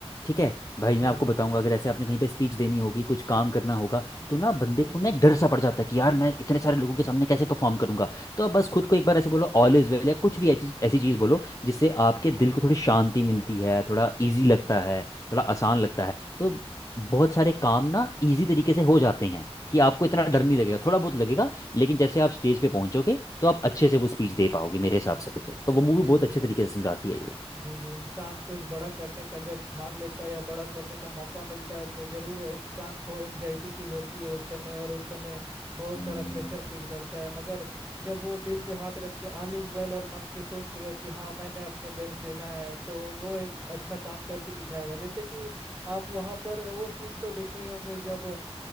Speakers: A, on the left; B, on the right.
A: ठीक है भाई
B: जी
A: मैं आपको
B: जी
A: बताऊंगा अगर ऐसे आपने कहीं पे स्पीच देनी होगी कुछ काम करना होगा तो ना बंदे को ना एक डर सा पड़ जाता है कि यार मैं इतने सारे लोगों के सामने कैसे परफॉर्म करूंगा तो आप बस खुद को एक बार ऐसे बोलो ऑल इज वेल या कुछ भी ऐसी ऐसी चीज बोलो जिससे आपके दिल को थोड़ी शांति मिलती है थोड़ा इजी लगता है थोड़ा आसान लगता है तो बहुत सारे काम ना इजी तरीके से हो जाते हैं कि आपको इतना डर नहीं लगेगा थोड़ा बहुत लगेगा लेकिन जैसे आप स्टेज पे पहुंचोगे तो आप अच्छे से वो स्पीच दे पाओगे मेरे हिसाब से तो तो वो मूवी
B: जी
A: बहुत
B: जी
A: अच्छे तरीके से समझाती है ये
B: जी जी इंसान कुछ बड़ा करने का जब ठान लेता है या बड़ा करने का मौका मिलता है तो जरूर इंसान को एंग्जाइटी फील होती है उस समय और उस समय बहुत
A: हम्म,
B: सारा प्रेशर फील करता है मगर जब वो दिल पे हाथ रख के ऑल इज वेल और मन से सोच लेगा कि हाँ मैंने अपने बेस्ट देना है तो वो एक अच्छा काम करके दिखाएगा जैसे कि आप वहाँ पर वो सीन तो देखे ही होंगे जब